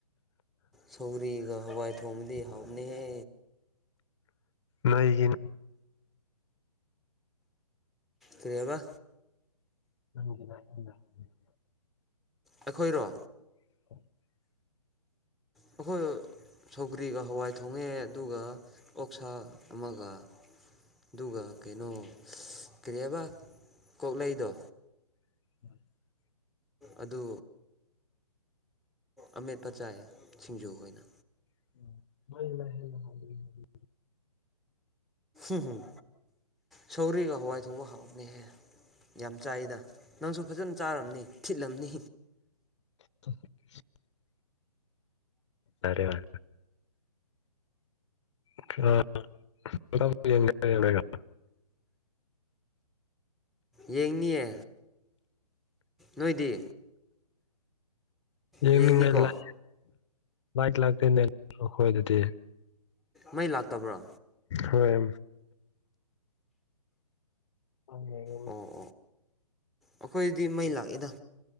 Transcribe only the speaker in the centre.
ꯁꯧꯑꯔꯤꯒ ꯍꯋꯥꯏ ꯊꯣꯡꯕꯗꯤ ꯍꯥꯎꯕꯅꯤꯍꯦ
ꯀ꯭ꯔꯤꯍꯥꯢꯕ
ꯑꯩꯈꯣꯏꯔꯣ
ꯑꯩꯈꯣꯏ ꯁꯧꯒ꯭ꯔꯤꯒ ꯍꯋꯥꯏ ꯊꯣꯡꯉꯦ ꯑꯗꯨꯒ ꯑꯣꯛꯁꯥ ꯑꯃꯒ ꯑꯗꯨꯒ ꯀꯩꯅꯣ ꯀꯔꯤ ꯍꯥꯏꯕ ꯀꯣꯛꯂꯩꯗꯣ
ꯑꯗꯨ ꯑꯃꯦꯠꯄ ꯆꯥꯏꯌꯦ ꯁꯤꯡꯖꯨ ꯑꯣꯏꯅ
ꯎꯝ ꯁꯧꯒꯔꯤꯒ ꯍꯋꯥꯏ ꯊꯣꯡꯕ ꯍꯥꯎꯕꯅꯦꯍꯦ ꯌꯥꯝ ꯆꯥꯏꯗ ꯅꯪꯁꯨ ꯐꯖꯅ ꯆꯥꯔꯝꯅꯤ ꯊꯤꯠꯂꯝꯅꯤ
ꯌꯦꯡꯅꯤꯌꯦ ꯅꯣꯏꯗꯤ
ꯌꯦꯡꯅꯤꯀꯣ
ꯃꯩ ꯂꯥꯛꯇꯕ꯭ꯔꯣ
ꯑꯣ ꯑꯣ ꯑꯩꯈꯣꯏꯗꯤ ꯃꯩ ꯂꯥꯛꯑꯦꯗ